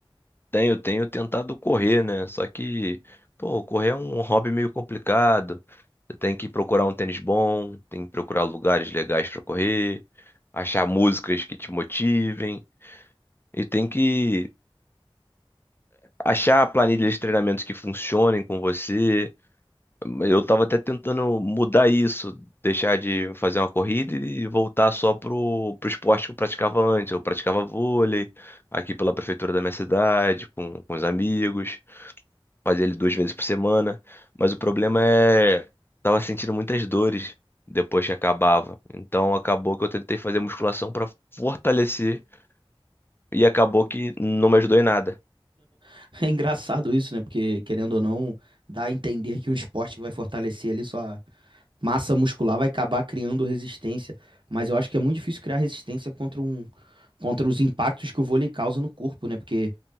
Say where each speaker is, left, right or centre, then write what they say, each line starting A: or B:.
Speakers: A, on the left; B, on the right.
A: Tenho, tenho tentado correr, né? Só que, pô, correr é um hobby meio complicado. Você tem que procurar um tênis bom, tem que procurar lugares legais pra correr, achar músicas que te motivem e tem que achar planilhas de treinamentos que funcionem com você. Eu tava até tentando mudar isso, deixar de fazer uma corrida e voltar só pro, pro esporte que eu praticava antes. Eu praticava vôlei aqui pela prefeitura da minha cidade, com, com os amigos, fazia ele duas vezes por semana. Mas o problema é, tava sentindo muitas dores depois que acabava. Então acabou que eu tentei fazer musculação para fortalecer e acabou que não me ajudou em nada.
B: <laughs> É engraçado isso, né? Porque, querendo ou não, dá a entender que um esporte que vai fortalecer ali sua massa muscular vai acabar criando resistência. Mas eu acho que é muito difícil criar resistência contra um, contra os impactos que o vôlei causa no corpo, né? Porque,